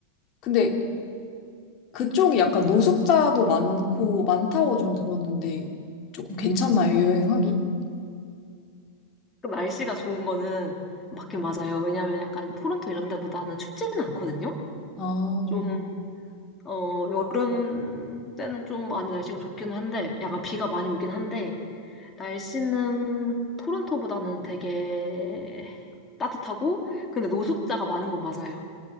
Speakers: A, on the left; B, on the left.
A: 근데 그쪽이 약간 노숙자도 많고, 많다고 좀
B: 응.
A: 들었는데, 조금 괜찮나요, 여행하기?
B: 그 날씨가 좋은 거는 맞긴 맞아요. 왜냐면 약간 토론토 이런 데보다는 춥지는 않거든요.
A: 아,
B: 좀, 어, 여름 때는 좀 많이 날씨가 좋기는 한데, 약간 비가 많이 오긴 한데, 날씨는 토론토보다는 되게 따뜻하고, 근데 노숙자가 많은 건 맞아요.